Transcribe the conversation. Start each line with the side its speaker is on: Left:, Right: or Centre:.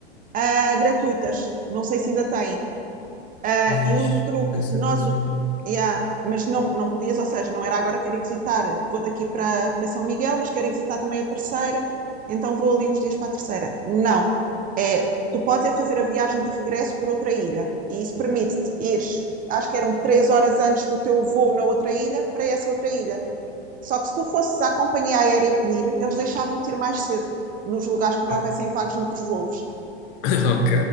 Right: ah, gratuitas. Não sei se ainda têm. Ah,
Left: Eish,
Right: e um truque
Left: deve ser
Right: que nós.
Left: bem fixe.
Right: yeah, mas não, não podias, ou seja, não era agora quero ir visitar, vou daqui para, para São Miguel, mas quero ir visitar também a terceira, então vou ali uns dias para a terceira. Não. É, tu podes é fazer a viagem de regresso por outra ilha. E isso permite-te ir, acho que eram três horas antes do teu voo na outra ilha, para essa outra ilha. Só que se tu fosses à companhia aérea pedir, eles deixavam-te ir mais cedo, nos lugares que ainda
Left: Oh,
Right: houvessem vagos noutros voos.
Left: <laughs> Ok,